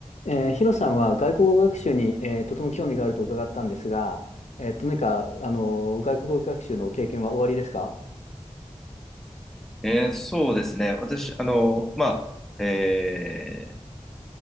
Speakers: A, on the left (about 85°); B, in the centre.
A: えー、ヒロさんは外国語学習に、えーとても興味があると伺ったんですが、えーと、何か、あのー外国語学習の経験はおありですか
B: えーそうですね。私、あの、まあ、えー